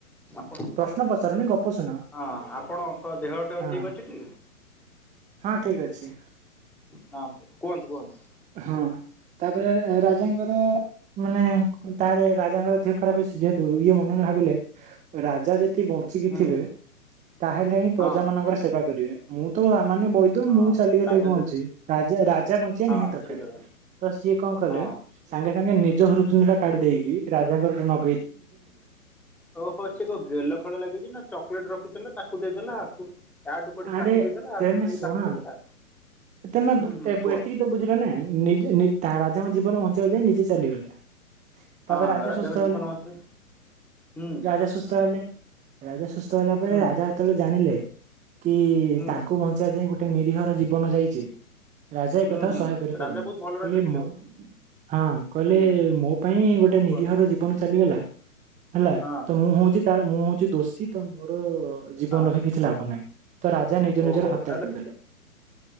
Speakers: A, in the centre; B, on the right.
A: ଆପଣ
B: ପ୍ରଶ୍ନ ପଚାରନି ଗପ ଶୁଣ
A: ହଁ ଆପଣଙ୍କ ଦେହ ଫେହ
B: ହଁ।
A: ଠିକ ଅଛି ଟି?
B: ହଁ ଠିକ ଅଛି।
A: ହଁ କୁହନ୍ତୁ କୁହନ୍ତୁ।
B: ହଁ। ତାପରେ ରାଜାଙ୍କର ମାନେ ତା ରାଜାଙ୍କର ଧିହ୍ ଖରାପ ଯେହେତୁ ଇଏ ମନ ଭାବିଲେ ରାଜା ଯେତେ ବଞ୍ଚିକିଥିବେ
A: ହୁଁ
B: ତାହେଲେ ହିଁ ପ୍ରଜା
A: ହଁ
B: ମାନଙ୍କର ସେବା କରିବେ ମୁଁ ତ ମାନେ ବୈଦ୍ୟ
A: ହଁ
B: ମୁଁ ଚାଲିଗଲେ
A: ରାଜା
B: କଣ
A: ଯଦି
B: ଅଛି ରାଜା ରାଜା ବଞ୍ଚିବା
A: ହଁ
B: ନିହାତ ଦ
A: ଠିକ
B: ତ
A: କଥା।
B: ସିଏ କଣ କଲେ
A: ହଁ
B: ସାଙ୍ଗେ ସାଙ୍ଗେ ନିଜ ହୃତୁପିଣ୍ଡ କାଢି ଦେଇକି ରାଜାଙ୍କର ନ
A: ଓ ଓହୋ ସିଏ କଣ ଗେଲ ଖେଳ ଲାଗିଛି ନା ଚକୋଲେଟ ରଖିଥିଲା। ତାକୁ ଦେଇଦେଲା ଆକୁ ଆଠୁ କଡି
B: ଆରେ
A: ତାକୁ ଦେଇଦେଲା
B: ତେମେ
A: ଆ କୁ ନେଇକି
B: ଶୁଣ
A: ତାକୁ ଦେଇଦେଲା
B: ତମେ
A: ହୁଁ
B: ବୁ
A: ହୁଁ
B: ଏ
A: କୁହ
B: ଏତିକି ତ ବୁଝିଲ ନା ନିଯେ ନି ତା ରାଜାଙ୍କ ଜୀବନ ବଞ୍ଚିବାକୁ ଯାଇ ନିଜେ ଚାଲିଗଲେ। ତାପରେ
A: ହଁ
B: ରାଜା
A: ରାଜାଙ୍କ
B: ସୁସ୍ଥ
A: ଜୀବନ
B: ହେଲେ
A: ଅଛି ହୁଁ
B: ରାଜା ସୁସ୍ଥ ହେଲେ। ରାଜା ସୁସ୍ଥ ହେଲା ପରେ
A: ହୁଁ
B: ରାଜା ଯେତେବେଳେ ଜାଣିଲେ କି
A: ହୁଁ
B: ତାଙ୍କୁ ବଞ୍ଚିବା ପାଇଁ ଗୋଟେ ଗୋଟେ ନିରୀହର ଜୀବନ ଯାଇଛି ରାଜା ଏକଥାକୁ
A: ହୁଁ ହୁଁ
B: ସହାୟ କରିପାରଲେେନି
A: ରାଜା ବହୁତ ଭଲ
B: କହିଲେ
A: ରାଜା ଥିଲେ
B: ମୁଁ
A: ବୋଧେ?
B: ହଁ କହିଲେ
A: ହୁଁ
B: ମୋ ପାଇଁ ଗୋଟେ
A: କୁହନ୍ତୁ
B: ନିରୀହର ଜୀବନ ଚାଲିଗଲା। ହେଲା
A: ହଁ
B: ତ ମୁଁ ହଉଛି ତାର ମୁଁ ହଉଛି ଦୋଷୀ ତ ମୁଁ ଜୀବନ
A: ହଁ
B: ରଖି କିଛି ଲାଭ ନାହିଁ ତ ରାଜା ନିଜ
A: ଓହୋ
B: ନିଜର ହତ୍ୟା
A: ତାହେଲେ
B: କରିଦେଲେ।